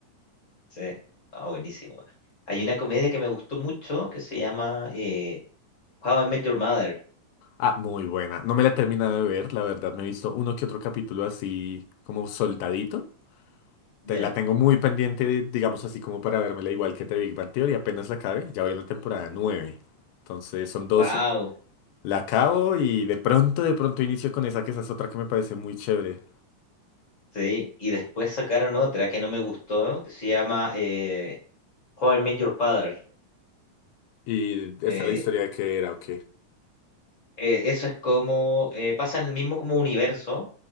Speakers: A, on the left; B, on the left.
A: Sí, ah, buenísimo. Hay una comedia que me gustó mucho que se llama eh, How I Met Your Mother.
B: Ah, muy buena. No me la he terminado de ver, la verdad, me he visto uno que otro capítulo así como soltadito.
A: Ya.
B: Te- La tengo muy pendiente, digamos así como para vérmela igual que The Big Bang Theory, apenas la acabe, ya voy en la temporada nueve, Entonces son
A: Wow.
B: 12. La acabo y de pronto, de pronto inicio con esa, que esa es otra que me parece muy chévere.
A: Sí. Y después sacaron otra que no me gustó que se llama eh, How I Met Your Father.
B: Y
A: Eh,
B: está la historia de que era, ok,
A: eh, eso es como eh, pasa en el mismo como universo,